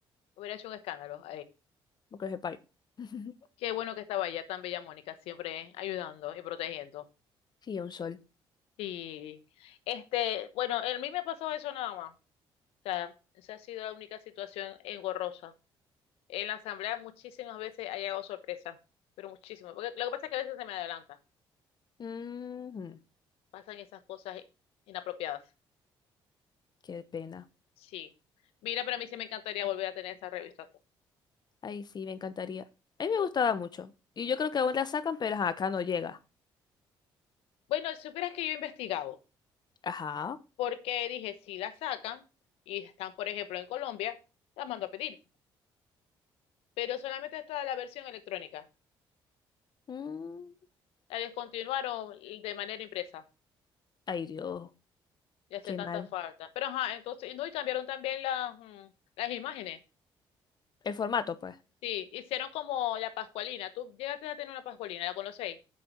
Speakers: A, on the left; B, on the left.
A: hubiera hecho un escándalo
B: porque es payo. <laughs>
A: Qué bueno que estaba allá tan bella Mónica, siempre ¿eh? ayudando y protegiendo.
B: Sí, un sol.
A: Y este, bueno, a mí me ha pasado eso nada más. O sea, esa ha sido la única situación engorrosa. En la asamblea muchísimas veces ha llegado sorpresa, pero muchísimas. Porque lo que pasa es que a veces se me adelanta,
B: Ujú,
A: pasan esas cosas inapropiadas.
B: Qué pena.
A: Sí. Mira, para mí sí me encantaría volver a tener esa revista.
B: Ay, sí, me encantaría. A mí me gustaba mucho. Y yo creo que aún la sacan, pero ajá, acá no llega.
A: Bueno, supieras que yo he investigado,
B: Ajá.
A: porque dije, si la sacan y están, por ejemplo, en Colombia, la mando a pedir. Pero solamente está la versión electrónica.
B: Mm,
A: La descontinuaron de manera impresa.
B: Ay, Dios.
A: Y hace
B: Qué
A: tanta
B: mal.
A: falta. Pero ajá, entonces, no, y cambiaron también las, mm, las imágenes.
B: El formato, pues.
A: Sí, hicieron como la Pascualina. Tú llegaste a tener una Pascualina, ¿la conocéis?